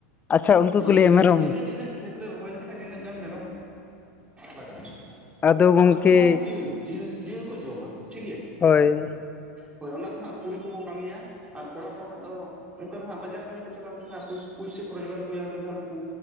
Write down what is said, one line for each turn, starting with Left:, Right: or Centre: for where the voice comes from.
Left: ᱟᱪᱪᱷᱟ ᱩᱱᱠᱩ ᱠᱚ
Right: ᱮᱸ
Left: ᱞᱟᱹᱭᱟ ᱢᱮᱨᱚᱢ
Right: ᱱᱤᱱᱟᱹᱜ ᱱᱤᱱᱟᱹᱜ ᱠᱷᱮᱛ ᱞᱮ ᱨᱚᱦᱚᱭ ᱞᱮᱠᱷᱟᱡ ᱱᱤᱱᱟᱹᱜ ᱜᱟᱱ ᱢᱮᱨᱚᱢ ᱞᱟᱜᱟᱜᱼᱟ
Left: ᱟᱫᱚ
Right: ᱢᱟᱱᱮ
Left: ᱜᱚᱝᱠᱮ
Right: ᱱᱩᱠᱩ ᱫᱚ ᱦᱟᱸᱜ ᱡᱤᱞ ᱡᱤᱞ ᱡᱤᱞ ᱠᱚ ᱡᱚᱢᱟ ᱴᱷᱤᱠ ᱜᱮᱭᱟ᱾
Left: ᱦᱳᱭ
Right: ᱦᱳᱭ ᱚᱱᱟ ᱫᱚ ᱦᱟᱸᱜ ᱠᱩᱲᱤ ᱠᱚᱠᱚ ᱠᱟᱹᱢᱤᱭᱟ᱾ ᱟᱨ ᱠᱚᱲᱟ ᱠᱚ ᱦᱟᱸᱜ ᱫᱚ ᱚᱝᱠᱟ ᱫᱚ ᱦᱟᱸᱜ ᱵᱟᱡᱟᱨ ᱠᱟᱹᱢᱤ ᱠᱚ ᱪᱟᱞᱟᱜᱼᱟ ᱚᱱᱛᱮ ᱠᱷᱚᱱᱟᱜ ᱯᱩᱥ ᱯᱩᱭᱥᱟᱹ ᱠᱚ ᱨᱳᱡᱽᱜᱟᱨ ᱟᱹᱜᱩᱭᱟ ᱚᱱᱛᱮ ᱫᱚ ᱦᱟᱸᱜ ᱱᱩᱠᱩ